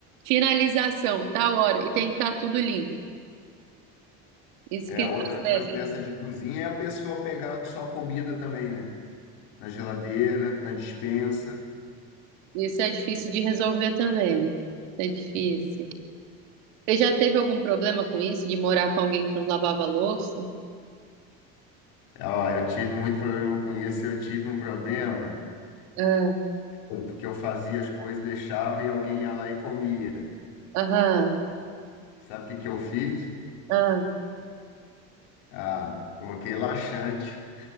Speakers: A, on the right; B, on the left.
A: finalização, tal hora, e tem que estar tudo limpo, escrito
B: É, outra
A: nas
B: coisa
A: regras.
B: dessa de cozinha é a pessoa pegar só comida também, né? Na geladeira, na despensa.
A: Isso é difícil de resolver também. É difícil. Você já teve algum problema com isso, de morar com alguém que não lavava louça?
B: Ó, eu tive muito problema com isso, eu tive um problema.
A: Ah,
B: porque eu fazia as coisas, deixava e alguém ia lá e comia.
A: aham,
B: Sabe o que que eu fiz?
A: ah,
B: Ah, coloquei laxante.